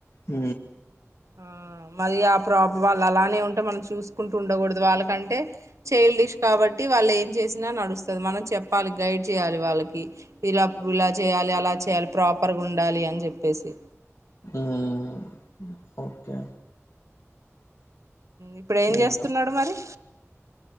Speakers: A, on the left; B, on the right.
A: హ
B: ఆ మరి ఆ ప్రాబ్ వాళ్ళు అలానే ఉంటే మనం చూసుకుంటూ ఉండకూడదు వాళ్ళకంటే చైల్డ్ డిష్ కాబట్టి వాళ్ళు ఏం చేసినా నడుస్తుంది మనం చెప్పాలి గైడ్ చేయాలి వాళ్ళకి ఇలా ఇలా చేయ్యాలి అలా చేయాలి ప్రాపర్గా ఉండాలి అని చెప్పేసి
A: మ్మ్ ఓకే
B: ఇప్పుడు
A: చూద్దాం
B: ఏం చేస్తున్నాడు మరి